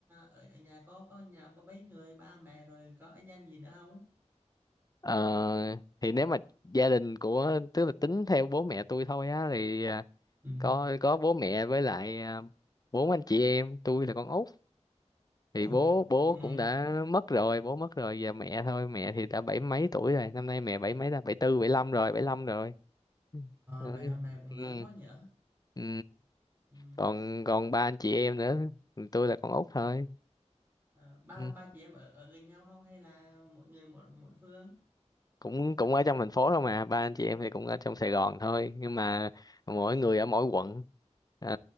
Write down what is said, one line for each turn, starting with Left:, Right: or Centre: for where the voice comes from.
Right: ở ở nhà có có nhà có mấy người, ba mẹ rồi có anh em gì nữa không?
Left: Ờ, thì nếu mà gia đình của tức là tính theo bố mẹ tôi thôi á thì à,
Right: Ừ.
Left: có có bố mẹ với lại à, bốn anh chị em tôi là con út thì
Right: Ồ,
Left: bố bố
Right: ừ.
Left: cũng đã mất rồi bố mất rồi giờ mẹ thôi mẹ thì đã bảy mấy tuổi rồi năm nay mẹ bảy mấy là bảy tư bảy lăm rồi bảy lăm rồi
Right: À,
Left: ừ.
Right: vậy mà mẹ cũng
Left: Ừ.
Right: lớn quá nhỉ?
Left: Ừ.
Right: Ừ.
Left: còn còn ba anh chị em nữa tôi là con út thôi
Right: À, ba
Left: Ừ.
Right: ba chị em ở ở gần nhau không hay là mỗi người một mỗi phương?
Left: cũng cũng ở trong thành phố thôi mà ba anh chị em thì cũng ở trong Sài Gòn thôi nhưng mà mỗi người ở mỗi quận Ờ,